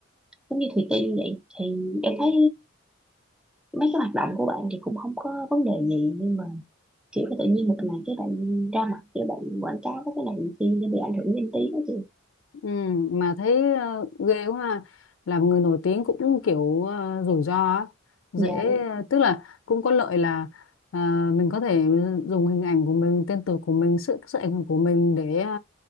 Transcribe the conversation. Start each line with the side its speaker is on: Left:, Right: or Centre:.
Centre: giống như Thùy Tiên vậy thì em thấy mấy cái hoạt động của bạn thì cũng không có vấn đề gì nhưng mà kiểu tự nhiên một ngày cái bạn ra mặt cái bạn quảng cáo với cái này làm chi nó bị ảnh hưởng danh tiếng đó chị
Left: Ừ, mà thấy ờ, ghê quá ha. Làm người nổi tiếng cũng kiểu ờ, rủi ro á. dễ
Centre: dạ đúng
Left: tức là cũng có lợi là ờ, mình có thể dùng hình ảnh của mình tên tuổi của mình sự sự ảnh hưởng của mình để ờ,